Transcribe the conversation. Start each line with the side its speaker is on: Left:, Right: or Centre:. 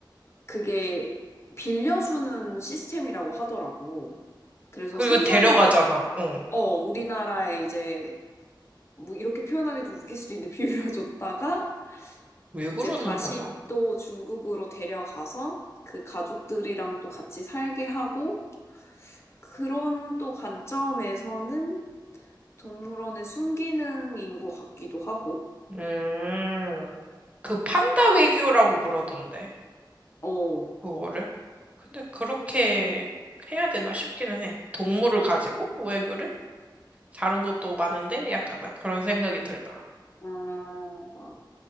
Left: 그게 빌려주는 시스템이라고 하더라고. 그래서
Right: 그리고
Left: 3,
Right: 데려가잖아.
Left: 4년 동안
Right: 응.
Left: 어, 우리나라에 이제 뭐 이렇게 표현하기 좀 웃길 수도 있는데 <laughs> 빌려줬다가
Right: 왜 그러는
Left: 이제 다시
Right: 거야?
Left: 또 중국으로 데려가서 그 가족들이랑 또 같이 살게 하고 그런 또 관점에서는 동물원의 순기능인 것 같기도 하고.
Right: 음, 그 판다 외교라고 그러던데,
Left: 어.
Right: 그거를. 근데 그렇게 해야 되나 싶기는 해. 동물을 가지고 외교를? 다른 것도 많은데 약간 난 그런 생각이 들더라.
Left: 어, 막,